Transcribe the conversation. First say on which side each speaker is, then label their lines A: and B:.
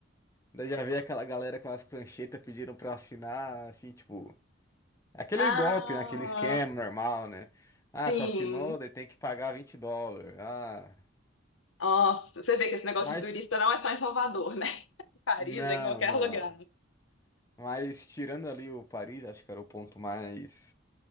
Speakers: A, on the left (about 15°); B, on the left (about 80°).
A: Daí já vi aquela galera com as pranchetas pediram pra assinar, assim, tipo, aquele
B: Ah,
A: golpe, né? Aquele esquema normal, né? Ah,
B: sim.
A: tu assinou, daí tem que pagar 20 dólares. Ah,
B: Nossa, você vê que esse negócio
A: mas,
B: de turista não é só em Salvador, né? <laughs> Em Paris,
A: não,
B: é em qualquer
A: não.
B: lugar.
A: Mas tirando ali o Paris, acho que era o ponto mais